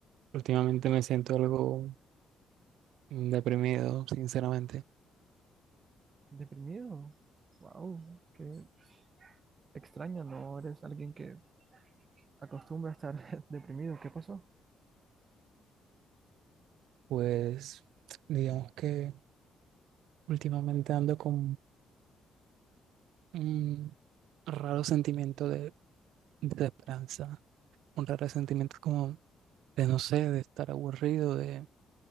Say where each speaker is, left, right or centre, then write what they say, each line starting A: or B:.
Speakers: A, on the right (about 85°); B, on the right (about 40°).
A: últimamente me siento algo mm, deprimido, sinceramente.
B: ¿Deprimido? Wow, qué extraño, no eres alguien que acostumbra a estar <laughs> deprimido. ¿Qué pasó?
A: Pues digamos que últimamente ando con un raro sentimiento de desesperanza, un raro sentimiento como de no sé, de estar aburrido, de